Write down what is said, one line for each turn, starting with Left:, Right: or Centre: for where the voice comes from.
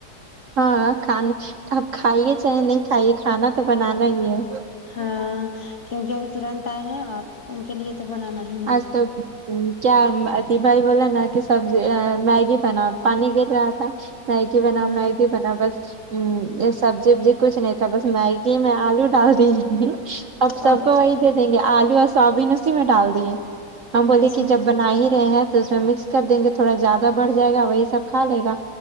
Right: ہاں کھانا اب کھائیے چاہے نہیں کھائیے کھانا تو بنانا ہی ہے
Left: ہاں کیونکہ ابھی ترنت آئے ہیں اور ان کے لیے تو بنانا ہی ہے
Right: اج تو کیا اتی بھائی بولا نا کہ سبزی میگی بناو پانی گر رہا تھا میگی بناؤ
Left: ہاں
Right: میگی بناؤ بس یہ سبزی وبزی کچھ نہیں تھا بس میگی میں آلو ڈال دیں گی اب سب
Left: اور
Right: کو وہی دے دیں گے آلو اور سویابین اس اسی میں ڈال ہم بولیے
Left: اچھا
Right: کہ جب بنا ہی رہے ہیں تو اس میں مکس کر دیں گے تھوڑا زیادہ بڑھ جائے گا وہی سب کھا لے گا